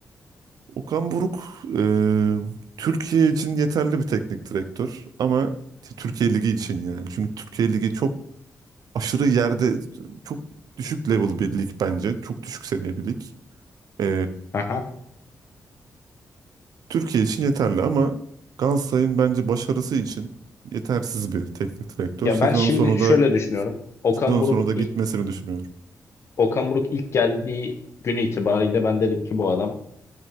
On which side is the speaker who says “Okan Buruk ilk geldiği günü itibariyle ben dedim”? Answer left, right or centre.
Left